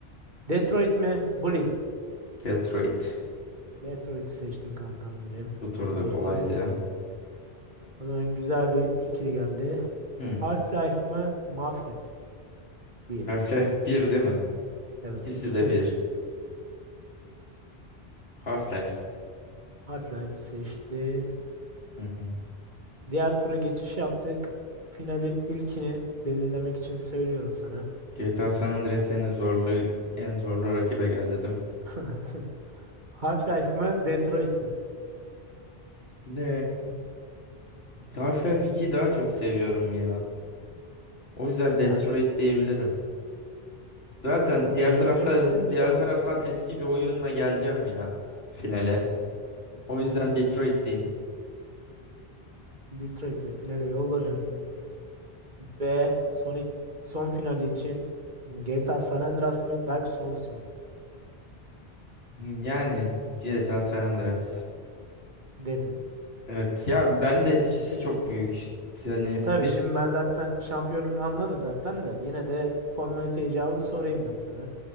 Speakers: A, on the right (about 45°); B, on the left (about 70°).
A: Detroit mi? Bully mi?
B: Detroit.
A: Detroit'i seçtin kankam benim.
B: Bu turda
A: Bully'yi
B: kolaylığı.
A: eledik. O zaman güzel bir ikili geldi.
B: Hmm.
A: Half-Life mı? Mafya mı? Bir
B: Half-Life
A: tabii.
B: bir değil mi?
A: Evet
B: İkisi
A: ikisi
B: de
A: de
B: bir.
A: bir.
B: Half-Life.
A: Half-Life seçtin.
B: Hı hı.
A: Diğer tura geçiş yaptık. Finalin ilkini belirlemek için söylüyorum sana.
B: GTA San Andreas yine zorlu, en zorlu rakibe geldi değil mi?
A: <laughs> Half-Life mı? Detroit mi?
B: Ne? Half-Life 2'yi daha çok seviyorum ya. O yüzden Detroit
A: Yani
B: diyebilirim. Zaten diğer
A: diyebilir
B: taraftan
A: misin
B: diğer
A: diyor
B: taraftan
A: musun?
B: eski bir oyunla geleceğim ya finale. O yüzden
A: Hı hı.
B: Detroit diyeyim.
A: Detroit'i finale yolladım.
B: Hı hı.
A: Ve Sonic son finali için GTA San Andreas mı Dark Souls mu
B: Yani
A: Hı,
B: GTA San Andreas.
A: dedin.
B: Evet ya ben de etkisi çok büyük. Yani
A: Tabii
B: evet,
A: şimdi ben zaten şampiyonunu anladım zaten de yine de formalite icabı sorayım ben sana.